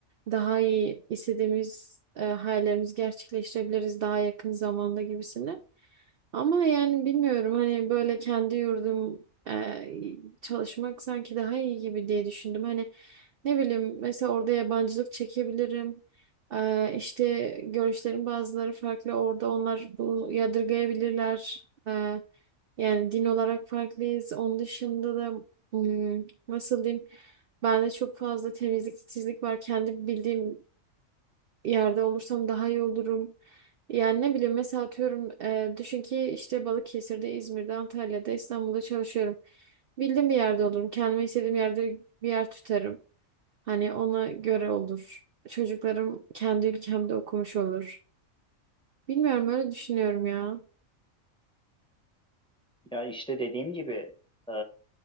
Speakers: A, on the right; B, in the centre.
A: Daha iyi istediğimiz e, hayallerimizi gerçekleştirebiliriz daha yakın zamanda gibisine. Ama yani bilmiyorum hani böyle kendi yurdum e, çalışmak sanki daha iyi gibi diye düşündüm. Hani ne bileyim mesela orada yabancılık çekebilirim. E, işte görüşlerin bazıları farklı orada onlar bu yadırgayabilirler. E, yani din olarak farklıyız. Onun dışında da hmm, nasıl diyeyim bende çok fazla temizlik titizlik var. Kendi bildiğim yerde olursam daha iyi olurum. Yani ne bileyim mesela atıyorum e, düşün ki işte Balıkesir'de, İzmir'de, Antalya'da, İstanbul'da çalışıyorum. Bildiğim bir yerde olurum. Kendime istediğim yerde bir yer tutarım. Hani ona göre olur. Çocuklarım kendi ülkemde okumuş olur. Bilmiyorum öyle düşünüyorum ya.
B: Ya işte dediğim gibi e,